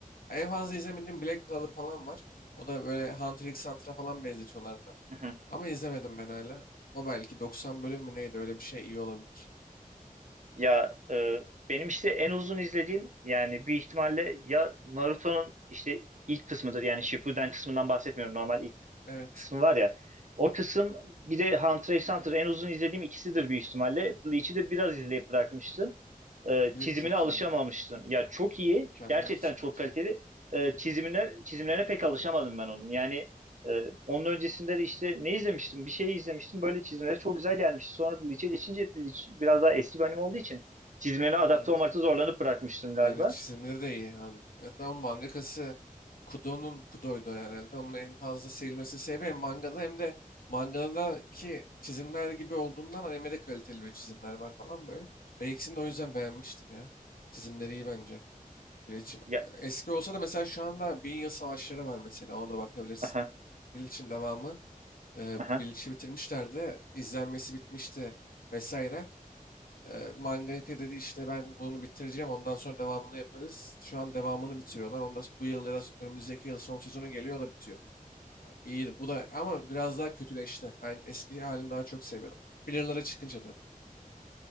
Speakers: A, on the left; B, on the right.
A: Ya, En fazla izlemediğim Black Clover falan var. O da böyle Hunter x Hunter'a falan benzetiyorlar da.
B: <laughs>
A: Ama izlemedim ben hala. O belki 90 bölüm mü neydi öyle bir şey iyi olabilir.
B: Ya e, benim işte en uzun izlediğim yani büyük ihtimalle ya Naruto'nun işte ilk kısmıdır yani Shippuden kısmından bahsetmiyorum normal ilk
A: Evet.
B: kısmı var ya. O kısım bir de Hunter x Hunter en uzun izlediğim ikisidir büyük ihtimalle. Bleach'i de biraz izleyip bırakmıştım. E,
A: Glitch
B: çizimine
A: çok
B: alışamamıştım.
A: iyi ya.
B: Ya çok iyi
A: Mükemmel
B: gerçekten
A: şey.
B: çok kaliteli. E, çizimine çizimlerine pek alışamadım ben onun. Yani ee, onun öncesinde de işte ne izlemiştim? Bir şey izlemiştim. Böyle çizimleri çok güzel gelmişti. Sonra bu Lich'e geçince Lich biraz daha eski bir anime olduğu için çizimlere adapte
A: Evet.
B: olmakta zorlanıp bırakmıştım galiba.
A: Bence çizimleri de iyi abi. Hatta onun mangakası Kudo'nun Kudo'ydu herhalde. Onun en fazla sevilmesi sebebi hem mangada hem de mangadaki çizimler gibi olduğundan animede kaliteli bir çizimler var falan böyle. Ben ikisini de o yüzden beğenmiştim ya. Çizimleri iyi bence. Bleach'in.
B: Ya,
A: Eski olsa da mesela şu anda Bin Yıl Savaşları var mesela. Ona da bakabilirsin.
B: aha,
A: Bleach'in devamı. E,
B: aha.
A: bu Bleach'i bitirmişlerdi. izlenmesi bitmişti vesaire. E, mangaka dedi işte ben bunu bitireceğim ondan sonra devamını yaparız. Şu an devamını bitiriyorlar. Ondan bu yıl ya da önümüzdeki yıl son sezonu geliyor o da bitiyor. Ha, İyi bu da ama biraz daha kötüleşti. Ben eski halini daha çok seviyordum. Filler'lara çıkınca tabii.